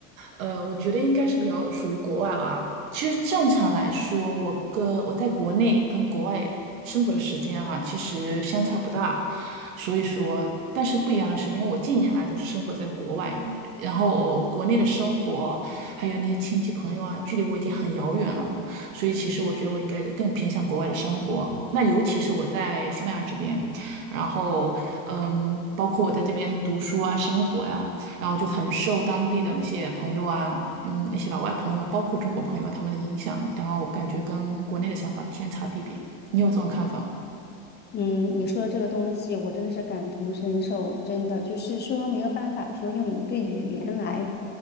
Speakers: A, on the right; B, on the left.
A: 呃，我觉得应该是比较属于国外吧。其实正常来说，我跟我在国内跟国外生活的时间哈、其实相差不大。所以说，但是不一样的是，因为我近年来都是生活在国外，然后国内的生活还有那些亲戚朋友啊，距离我已经很遥远了。所以其实我觉得我应该更偏向国外的生活。那尤其是我在西班牙这边，然后嗯，包括我在这边读书啊、生活呀、然后就很受当地的那些朋友啊，嗯，那些老外朋友，包括中国朋友他们的影响，然后感觉跟国内的想法天差地别。你有这种看法吗？
B: 嗯，你说的这个东西，我真的是感同身受，真的就是说没有办法说用一个语言来